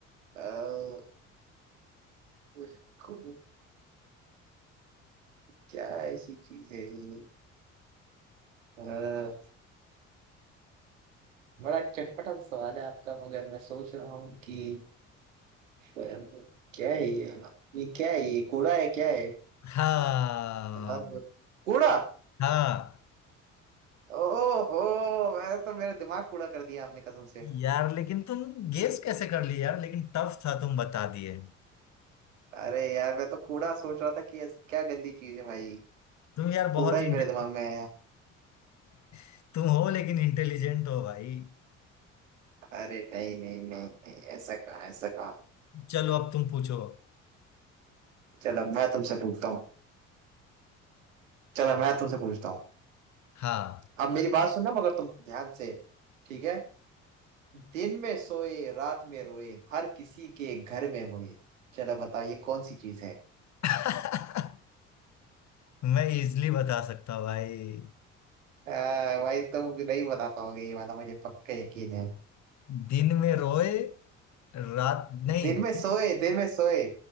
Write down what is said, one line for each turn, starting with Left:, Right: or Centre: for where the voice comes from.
Right: आ, उसको क्या ऐसी चीज है ये? आ, बड़ा चटपटा सवाल है आपका मगर मैं सोच रहा हूँ कि आ, क्या है ये ये क्या है ये कूड़ा है क्या है
Left: हाँ
Right: हर रोज- कूड़ा
Left: हाँ
Right: ओहो मैं तो मेरा दिमाग कूड़ा कर दिया आपने कसम से
Left: यार लेकिन तुम गेस कैसे कर लिए यार लेकिन टफ था तुम बता दिए
Right: अरे यार मैं तो कूड़ा सोच रहा था कि ऐसी क्या गंदी चीज है भाई
Left: तुम यार बहुत
Right: कूड़ा ही मेरे
Left: इंटेलिजेंट
Right: दिमाग में है
Left: <laughs> तुम हो लेकिन इंटेलिजेंट हो भाई
Right: अरे नहीं नहीं नहीं नहीं ऐसा कहा ऐसा कहा
Left: चलो अब तुम पूछो
Right: चलो मैं तुमसे पूछता हूँ चलो मैं तुमसे पूछता हूँ
Left: हाँ
Right: अब मेरी बात सुनना मगर तुम ध्यान से ठीक है दिन में सोए रात में रोए हर किसी के घर में होए चलो बताओ ये कौन सी चीज है
Left: <laughs> मैं इजली बता सकता हूँ भाई
Right: आ, भाई तुम नहीं बता पाओगे ये वाला मुझे पक्का यकीन है
Left: दिन में रोए रात नहीं
Right: दिन में
Left: दिन-
Right: सोए दिन में सोए